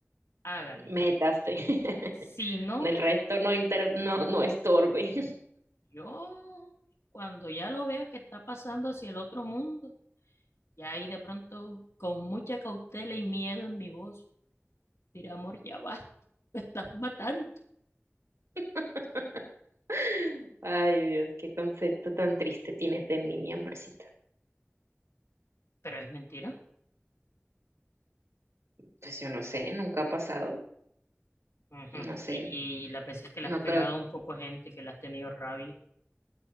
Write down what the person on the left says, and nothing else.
hágale.
Si no,
yo, cuando ya lo vea que está pasando hacia el otro mundo, ya ahí de pronto, con mucha cautela y miedo en mi voz, diré, amor, ya basta, me estás matando.
Pero es mentira.
Ujú.
Y, y las veces que
le has pegado
un poco a gente, que le has tenido rabia,